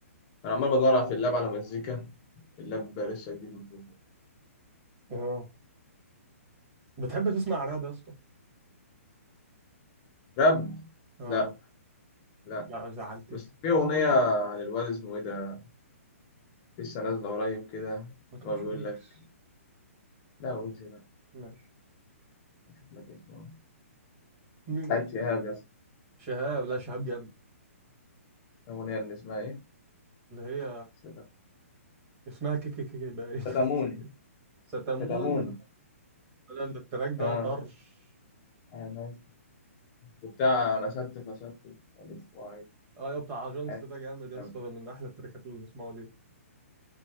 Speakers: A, on the left; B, on the right.
A: انا عمال بدور في اللاب على مزيكا اللاب لسه جديد مفهوش
B: اه بتحب تسمع عربي يا اسطى
A: راب
B: اه
A: لا لا
B: لا زعلتني
A: بس في اغنيه للواد اسمه ايه ده لسه نازله قريب كده
B: ما تقولش
A: اللي هو بيقول
B: ويجز
A: لك لا ويجز لا
B: ماشي
A: اشوف لك اسمه
B: مين
A: بتاعت شهاب يا اسطى
B: شهاب لا شهاب جامد
A: الاغنيه اللي اسمها ايه
B: اللي هي
A: صدق
B: اسمها كيكي كيكي بقى ايه حاجة
A: صدموني
B: زي كده ستمون
A: صدموني
B: لا، التراك ده
A: اه
B: طرش
A: انا وبتاع انا ستف استف الف واي
B: اه يا بتاع اجونس
A: أي.
B: ده جامد يا
A: تمام.
B: اسطى ده من احلى التراكات اللي بسمعه ليه